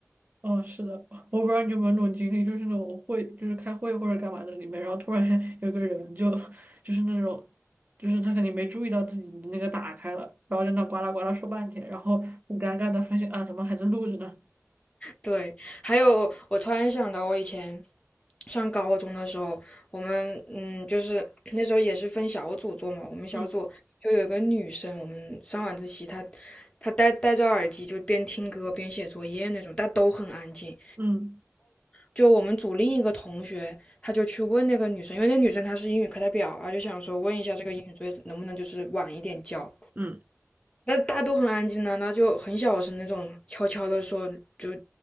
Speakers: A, on the right; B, on the left.
A: 嗯，是的，我不知道你有没有那种经历，就是那种会就是开会或者干嘛的里面，然后突然 <laughs> 有个人就就是那种就是他肯定没注意到自己的那个打开了，然后在那呱啦呱啦说半天，然后很尴尬的发现啊怎么还在录着呢？
B: 对，还有我突然想到，我以前上高中的时候，我们嗯，就是那时候也是分小组做嘛，我们小组就有一个女生，
A: 嗯
B: 我们上晚自习，她她戴戴着耳机就边听歌边写作业那种，但都很安静。
A: 嗯，
B: 就我们组另一个同学，他就去问那个女生，因为那女生她是英语课代表啊，就想说问一下这个英语作业能不能就是晚一点交。
A: 嗯，
B: 那大家都很安静呢、那就很小声那种，悄悄的说，就